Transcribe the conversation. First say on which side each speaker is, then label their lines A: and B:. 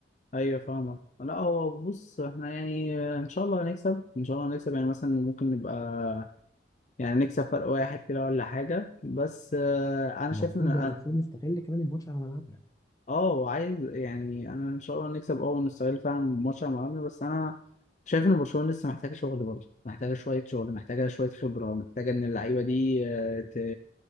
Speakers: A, on the left; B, on the left.
A: ايوه فاهمك لا هو بص احنا يعني ان شاء الله هنكسب ان شاء الله هنكسب يعني مثلا ممكن نبقى يعني نكسب فرق واحد كده ولا حاجه بس آه، انا
B: المفروض
A: شايف ان
B: ده المفروض
A: أنا-
B: نستغل كمان الماتش على ملعبنا
A: اه عايز يعني انا ان شاء الله نكسب اه ونستغل فعلا ماتش مع بعض بس انا شايف ان برشلونه لسه محتاجه شغل برضه محتاجه شويه شغل محتاجه شويه خبره محتاجه ان اللعيبه دي آه، ت...